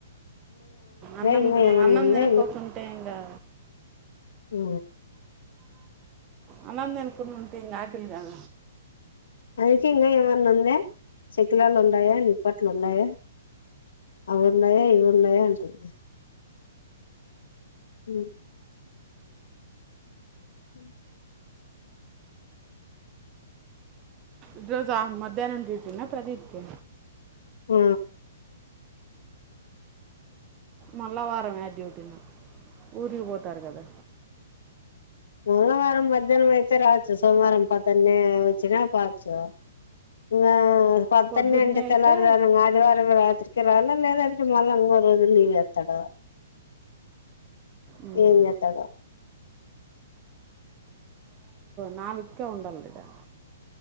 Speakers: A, on the right; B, on the left.
A: అన్నం
B: ఇంగా ఏమన్నా
A: అన్నం
B: ఉందా
A: తినకోకుంటే ఇంగా
B: ఆ
A: అన్నం తింకునుంటే ఉంటే ఇంకా ఆకలి కాద
B: అందుకే ఇంకా ఏమన్నా ఉందా చెక్కిలాలు ఉన్నాయా నిప్పట్లు ఉన్నాయా అవున్నాయా ఇవి ఉన్నాయా అంటుంది అ ఉ
A: ఈరోజు అహమద్ మధ్యాహ్నం చేసిన్న ప్రదీప్ కి
B: ఆ
A: మళ్ళా వారం ఏ డ్యూటీనో ఊరికిపోతాడు కదా
B: మంగవారం మధ్యాహ్నం అయితే రావచ్చు సోమవారం పద్దన్నే వచ్చిన పాచ్చు ఇంగా పద్దన్నే
A: పొద్దున్నే
B: అంటే
A: అయితే
B: తెల్లారుదన ఆదివారం రాత్రి ఇక్కరాలా లేదంటే మళ్ళా ఇంగో రోజులు లీవ్ వేత్తడు
A: ఉమ్,
B: ఏం చెత్తడో
A: నాలుక్కే ఉండాలి కదా